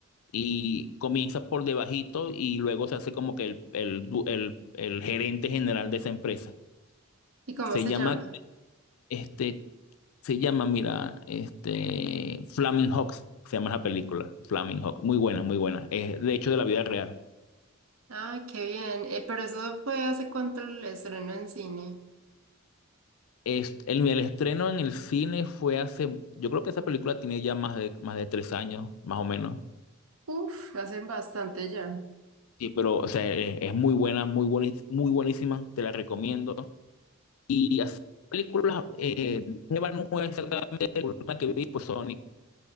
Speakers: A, on the left; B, on the right.
A: y comienza por debajito y luego se hace como que el, el, du- el el gerente general de esa empresa.
B: ¿Y cómo
A: Se
B: se
A: llama
B: llama?
A: Este se llama, mira, este Flaming Hawks, se llama la película, Flaming Hawk, muy buena, muy buena. Es de hecho de la vida real.
B: Ah, qué bien. Eh, pero eso fue hace cuánto el estreno en cine.
A: Es, el, el estreno en el cine fue hace, yo creo que esa película tiene ya más de, más de tres años, más o menos.
B: Uf, hacen bastante ya.
A: Sí, pero o sea, eh, es, muy buena, muy buenis- muy buenísima, te la recomiendo. Y así, películas, eh, nueva, no exactamente la última que vi, pues Sonic,